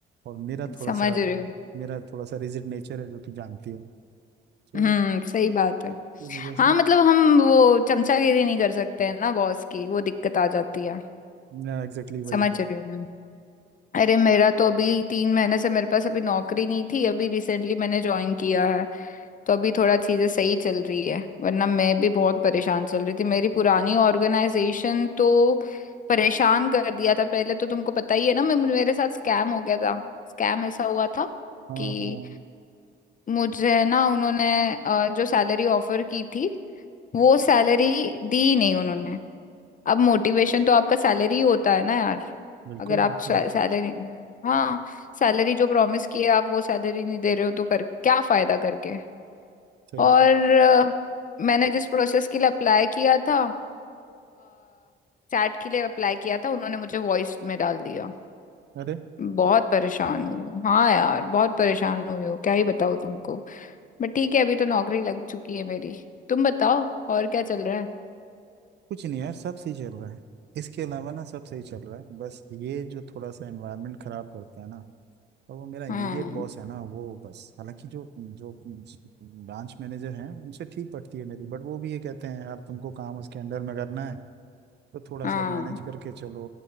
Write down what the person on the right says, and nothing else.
और मेरा थोड़ा
सा
मेरा थोड़ा सा रिजिड नेचर है जो तू जानती है तो
की वजह
से ना
ना एग्जैक्टली वही
हाँ
हाँ
बिल्कुल
और क्या
सही
बात
अरे
कुछ नहीं यार सब सही चल रहा है इसके अलावा ना सब सही चल रहा है बस ये जो थोड़ा सा एनवायरनमेंट खराब करते हैं ना और वो मेरा इमीडिएट
बॉस है ना वो बस हालांकि जो जो ब्रांच मैनेजर हैं उनसे ठीक पटती है मेरी बट वो भी ये कहते हैं यार तुमको काम उसके अंडर में करना है तो थोड़ा
सा मैनेज करके चलो